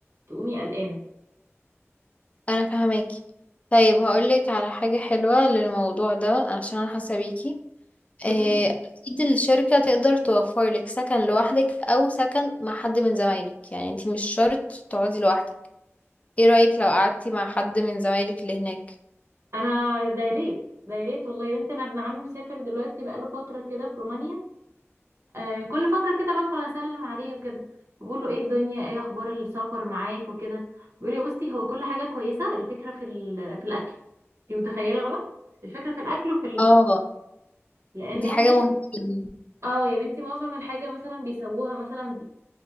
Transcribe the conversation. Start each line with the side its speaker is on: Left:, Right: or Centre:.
Right: تقومي قلقانة
Left: انا فهماكي طيب هقولك على حاجة حلوة للموضوع ده عشان انا حاسة بيكي
Right: قولي
Left: إيه،
Right: لي
Left: اكيد الشركة تقدر توفر لك سكن لوحدك او سكن مع حد من زمايلك يعني انتي مش شرط تقعدي لوحدك ايه رأيك لو قعدتي مع حد من زمايلك اللي هناك
Right: انا ده يا ريت ده يا ريت والله يا بنتي انا ابن عمي مسافر دلوقتي بقاله فترة كده في رومانيا آه كل فترة كده بدخل اسلم عليه وكده بقول له ايه الدنيا ايه اخبار السفر معاك وكده بيقول لي بصي هو كل حاجة كويسة الفكرة في ال- في الاكل انت متخيلة بقى الفكرة في الاكل وفي الصحاب
Left: اه
Right: لان
Left: دي
Right: هناك
Left: حاجة مهمة جدا
Right: اه يا بنتي معظم الحاجة مثلا بيسووها مثلا